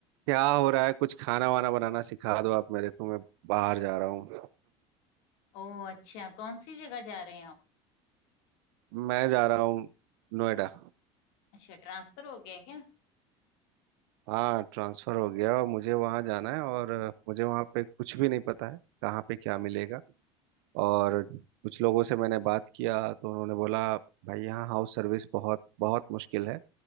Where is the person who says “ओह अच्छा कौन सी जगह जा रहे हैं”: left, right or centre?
Left